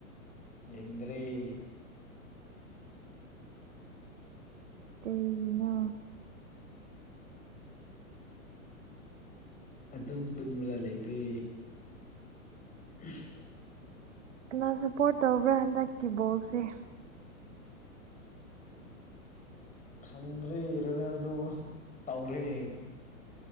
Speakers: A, on the left (about 20°); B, on the right (about 55°).
A: ꯌꯦꯡꯗꯔꯦ
B: ꯀꯩꯒꯤꯅꯣ
A: ꯑꯗꯨꯝ ꯇꯨꯝꯂꯒ ꯂꯩꯔꯦ ꯎꯝ
B: ꯀꯅꯥ ꯁꯞꯄꯣꯔꯠ ꯇꯧꯕ꯭ꯔꯥ ꯍꯟꯗꯛꯀꯤ ꯕꯣꯜꯁꯦ
A: ꯈꯪꯗ꯭ꯔꯦ ꯔꯣꯅꯥꯜꯗꯣ ꯇꯧꯔꯦ